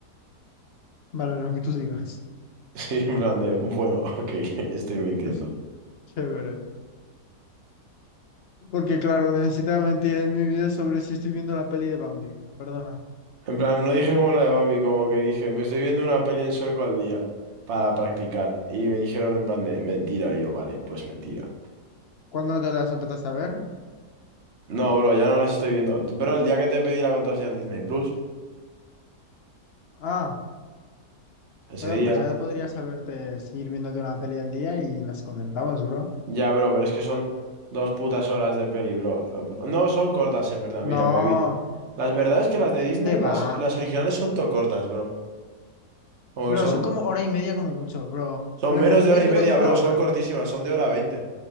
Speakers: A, on the left; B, on the right.
A: Vale, lo que tú digas.
B: Sí, en plan de, bueno, ok, <laughs> estoy mintiendo.
A: <laughs> Chévere. Porque claro, necesitaba mentir en mi vida sobre si estoy viendo la peli de Bambi. Perdona.
B: En plan, no dije como la de Bambi, como que dije, me estoy viendo una peli en sueco al día para practicar. Y me dijeron en plan de mentira. Y yo, vale, pues mentira.
A: ¿Cuándo te las empezaste a ver?
B: No, bro, ya no las estoy viendo. Bro, el día que te pedí la contraseña de Disney Plus,
A: Ah,
B: ese
A: bueno,
B: día,
A: pues ya podrías saberte seguir viéndote una peli al día y las comentamos, bro.
B: ya, bro, pero es que son dos putas horas de peli, bro. No, son cortas, en verdad,
A: No,
B: mira, me vi. Las verdad es que las de Disney,
A: qué va.
B: las, las originales son todo cortas, bro. Como
A: Bro,
B: que son,
A: son como hora y media como mucho, bro.
B: son
A: Blancanieves
B: menos de hora y
A: dura
B: media,
A: como una
B: bro,
A: hora.
B: son cortísimas, son de hora veinte